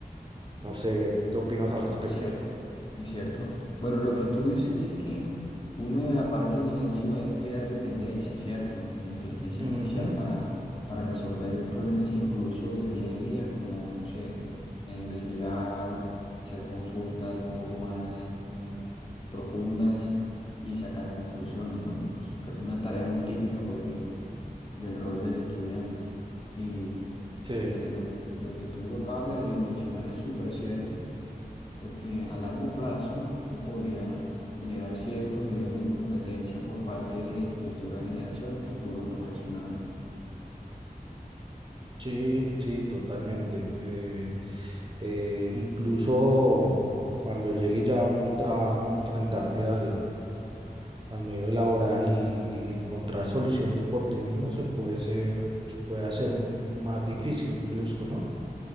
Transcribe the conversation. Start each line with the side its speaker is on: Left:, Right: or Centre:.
Right: No sé, ¿qué opinas al respecto?
Left: Cierto, es cierto. Bueno, lo que tú dices es que una de la parte negativa es crear dependencia, ¿cierto? En la inteligencia
Right: Ujú,
Left: artificial para, para resolver problemas incluso del día a día, como, no sé, eh, investigar, hacer consultas un poco más eh, profundas y sacar conclusiones, ¿no? Pues cre- una tarea muy típica, pues, de, del rol del estudiante. Y
Right: Sí,
Left: eh, eh, lo que, lo que tú acabas de de mencionar es súper cierto porque a largo plazo eso podría generar cierto nivel de incompetencia por parte de futuras generaciones, futuros profesionales.
Right: sí, sí, totalmente. Eh, eh, incluso cuando llegue ya a un trabajo, enfrentarte al, al medio laboral y, y encontrar soluciones por ti mismo se puede ser, se puede hacer m- más difícil incluso, ¿no?